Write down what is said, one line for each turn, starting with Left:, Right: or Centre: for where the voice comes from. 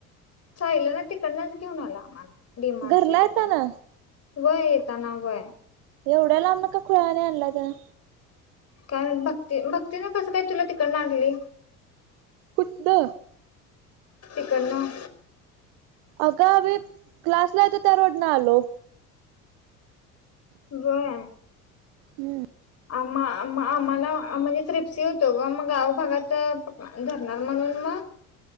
Left: साहिलंनना तिकडनच घेऊन आला आम्हाला. डी मार्टच्या
Right: घरला
Left: तिकडनं
Right: येता ना?
Left: व्हय येताना व्हय
Right: एवढ्या लांबन का खुळ्यावणी आणलाय त्यानं
Left: काय म्हण भक्ती भक्तीन कसं काय तुला तिकडन आणली
Right: कुटण
Left: तेिकडन
Right: अग आम्ही क्लासला येतोय त्या रोडन आलो
Left: व्हय
Right: हम्म
Left: आम्हा आम्हा आम्हाला आ म्हणजे त्रिप्सी होतो ग मग गाव भागात धरणार म्हणून मग